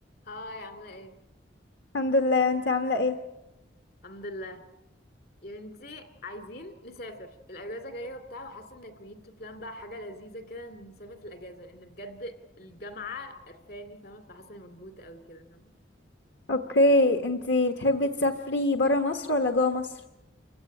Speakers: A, on the left (about 55°); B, on the left (about 70°).
A: هاي عاملة ايه؟
B: الحمد لله انت عاملة ايه
A: الحمد لله يا بنتي عايزين نسافر الأجازة جاية وبتاع وحاسة انك we need to plan بقى حاجة لذيذة كده نسافر في الأجازة لأن بجد الجامعة قرفاني فاهمة فحاسة اني مكبوتة قوي كده فاهمة
B: اوكي انت بتحبي تسافري برا مصر ولا جوا مصر